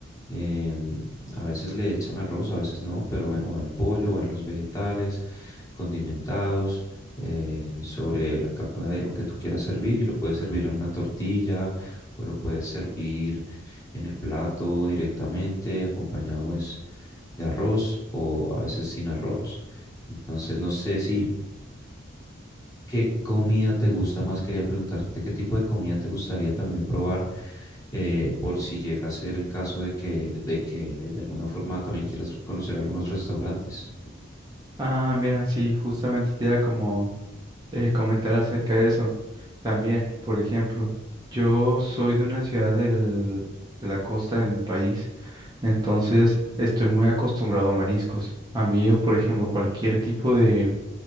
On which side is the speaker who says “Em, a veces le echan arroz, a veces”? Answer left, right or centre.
Left